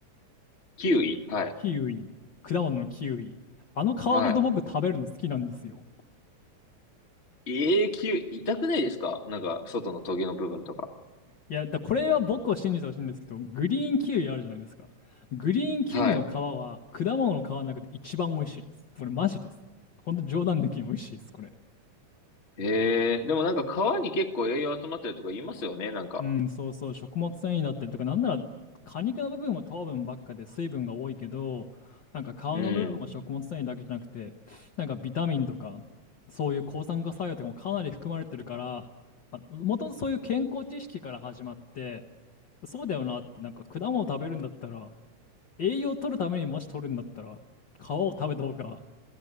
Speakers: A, on the left (about 30°); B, on the left (about 50°).
A: キウイはい。
B: キウイ。果物のキウイ。あの皮ごと僕食べるの好きなんですよ。
A: はい。永久、痛くないですかなんか、外のトゲの部分とか。
B: いや、だこれは僕を信じてほしいんですけど、グリーンキウイあるじゃないですか。グリーンキウイの皮は果物の皮の中で一番美味しいです。
A: はい。
B: これマジです。ほんと冗談抜きに美味しいです、これ。
A: へえ、でもなんか皮に結構栄養集まってるとか言いますよね、なんか。
B: うん、そうそう、食物繊維だったりとか、なんなら果肉の部分は糖分ばっかで水分が多いけど、なんか皮の部分も食物繊維だけじゃなくて、
A: うん。
B: なんかビタミンとか、そういう抗酸化作用とかもかなり含まれてるから、まあ、もともとそういう健康知識から始まって、そうだよなって、なんか果物食べるんだったら、栄養を取るためにもし取るんだったら、皮を食べた方が